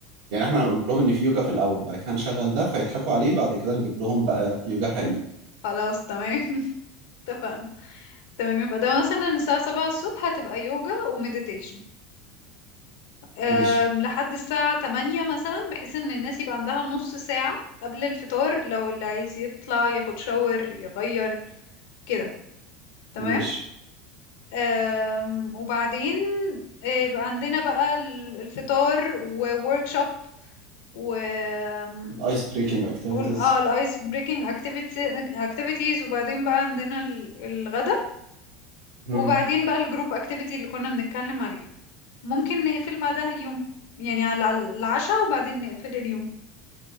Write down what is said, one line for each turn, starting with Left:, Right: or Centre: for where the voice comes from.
Right: يعني احنا هنقول لهم ان في يوجا في الاول بعد كده هنشغل ده فيضحكوا عليه بعد كده نجيب لهم بقى يوجا حقيقي
Left: خلاص تمام <laughs> اتفقنا تمام يبقى ده مثلا الساعة سبعة الصبح هتبقى يوجا وميديتيشن أم،
Right: مش
Left: لحد الساعة تمانية مثلا بحيث ان الناس يبقى عندها نص ساعة قبل الفطار لو اللي عايز يطلع ياخد شاور يغير كده تمام
Right: مش
Left: آم، وبعدين آه، يبقى عندنا بقى ال- الفطار ووركشوب و آم،
Right: الايس بريكنج اكتيفيتيز
Left: وال- اه الايس بريكنج اكتيفيتيز وبعدين بقى عندنا ال- الغدا
Right: مم.
Left: وبعدين بقى الجروب اكتيفيتي اللي كنا بنتكلم عليها ممكن نقفل بعدها اليوم يعني على على العشاء وبعدين نقفل اليوم